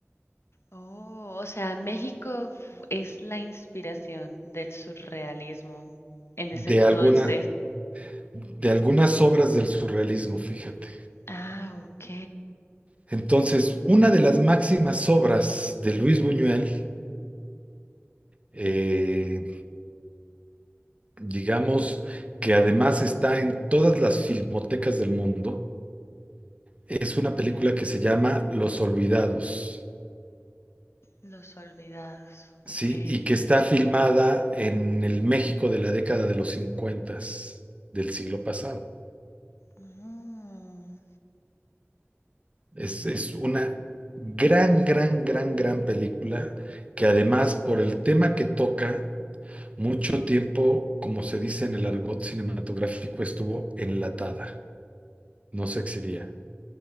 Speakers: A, on the left; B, on the right.
A: Oh, o sea, México f- es la inspiración del surrealismo en ese
B: De
A: entonces.
B: alguna, de algunas obras del surrealismo, fíjate.
A: Ah, ok.
B: Entonces, una de las máximas obras de Luis Buñuel, eh, digamos que además está en todas las filmotecas del mundo, es una película que se llama Los Olvidados.
A: Los olvidados, ok.
B: Sí, y que está filmada en el México de la década de los 50 del siglo pasado.
A: Mm.
B: Es, es una gran, gran, gran, gran película que además por el tema que toca, mucho tiempo, como se dice en el argot cinematográfico, estuvo enlatada, no se exhibía.